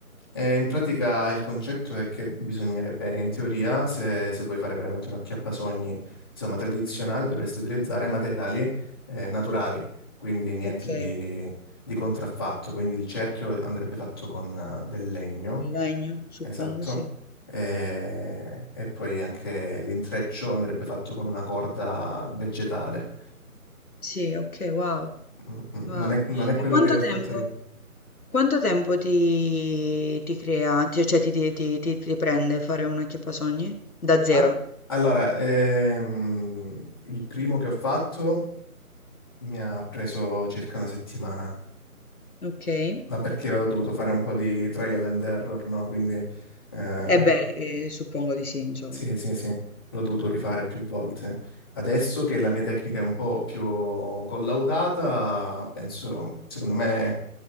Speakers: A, on the left; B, on the left.
A: E in pratica il concetto è che bisognerebbe, in teoria, se, se vuoi fare veramente un acchiappasogni, insomma, tradizionale, dovresti utilizzare materiali eh, naturali, quindi niente
B: ok,
A: di, di contraffatto. Quindi il cerchio andrebbe fatto con eh, del legno
B: il legno suppongo
A: Esatto.
B: sì.
A: E, e poi anche l'intreccio andrebbe fatto con una corda vegetale.
B: Sì, ok, wow.
A: Mm, mm,
B: Ah.
A: Non è, non è
B: E
A: quello
B: quanto
A: che ho fatto
B: tempo,
A: io.
B: quanto tempo ti, ti crea, ti- cioè ti, ti, ti, ti- ti prende fare una acchiappasogni? Da zero.
A: Ah, allora, ehm, il primo che ho fatto mi ha preso circa una settimana,
B: Ok. E
A: ma perché ho dovuto fare un po' di trial and error, no? Quindi ehm,
B: beh, eh, suppongo di sì, insomma.
A: Sì, sì, sì, l'ho dovuto rifare più volte. Adesso che la mia tecnica è un po' più collaudata, penso, secondo me,